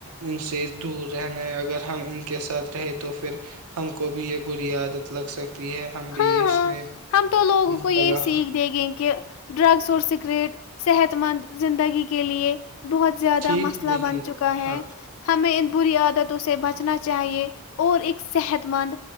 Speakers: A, on the right (about 80°); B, on the left (about 70°).
A: ان سے دور رہنا ہے اگر ہم ان کے ساتھ رہے تو پھر ہم کو بھی یہ بری عادت لگ سک ہے ہم بھی
B: ہاں
A: اس
B: ہاں
A: میں
B: ہم تو لوگوں
A: م
B: کو یہ سیکھ
A: <unintelligible>
B: دے گے کہ ڈرگس اور سکریٹ صحت مند زندگی کے لیے بہت زیادہ
A: ٹھیک
B: مسئلہ
A: نہیں
B: بن چکا ہے
A: ہاں
B: ہمیں ان بری عادتوں سے بچنا چاہیے اور ایک صحت مند